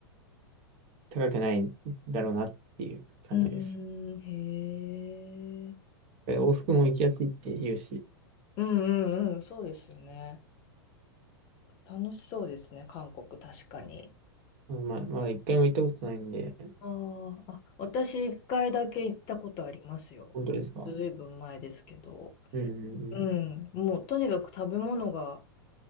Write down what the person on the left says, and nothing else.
うーん、へえ。
うんうんうん、そうですよね。楽しそうですね、韓国、確かに。
あーあ、私一回だけ行ったことありますよ。
ずいぶん前ですけど。
うん、もうとにかく食べ物が